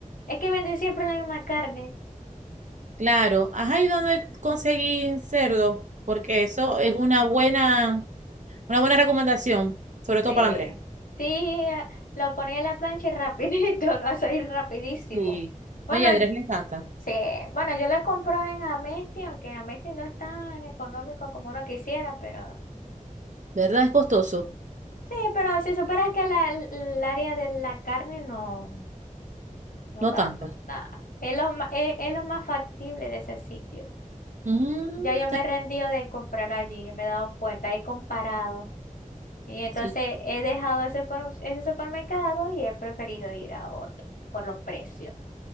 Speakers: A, on the left; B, on the right.
A: Es que venden siempre la misma carne.
B: Claro, ajá, ¿y dónde conseguí cerdo? Porque eso es una buena, una buena recomendación, sobre
A: Sí,
B: todo para Andrés.
A: sí, eh, lo ponía en la plancha y rapidito, <laughs> lo hace ir rapidísimo.
B: Sí.
A: Bueno,
B: No, y a Andrés le encanta.
A: sí, bueno, yo le compro en Amesti, aunque Amesti no es tan económico como uno quisiera, pero
B: ¿Verdad? Es costoso.
A: sí, pero si supieras que la, el área de la carne no, no
B: No
A: tanto,
B: tanto.
A: nada. Es lo, ma- es, es lo más factible de ese sitio.
B: Mm,
A: Ya yo me
B: ta-
A: he rendido de comprar allí, me he dado cuenta, he comparado. Y entonces
B: sí,
A: he dejado ese, par- ese supermercado y he preferido ir a otro por los precios.